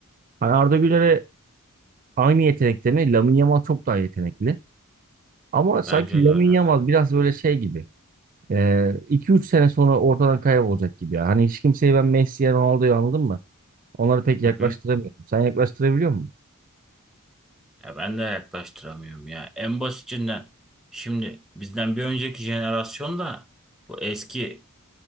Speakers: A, on the right; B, in the centre.
A: Hani Arda Güler'e aynı yetenekte mi? Lamine Yamal çok daha yetenekli. Ama sanki
B: Bence de
A: Lamine
B: öyle.
A: Yamal biraz böyle şey gibi. Ee, üç sene sonra ortadan kaybolacak gibi ya. Hani hiç kimseyi ben Messi'ye, Ronaldo'ya anladın mı? Onları pek yaklaştıramıyorum.
B: Hı hı.
A: Sen yaklaştırabiliyor musun?
B: Ya ben de yaklaştıramıyorum ya. En basitinden şimdi bizden bir önceki jenerasyonda bu eski